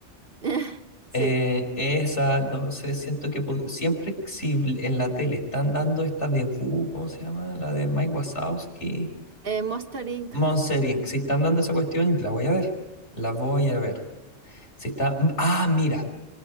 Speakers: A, on the right; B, on the left.
A: <laughs> Sí.
B: Eh, esa, no sé, siento que po- siempre si bl- en la tele están dando esta de Boo, ¿cómo se llama? La de Mike Wazowski,
A: Eh, Monster Inc.
B: Monster Inc. Si están dando esa cuestión, la voy a ver. La voy a ver. Si está. Ah, mira,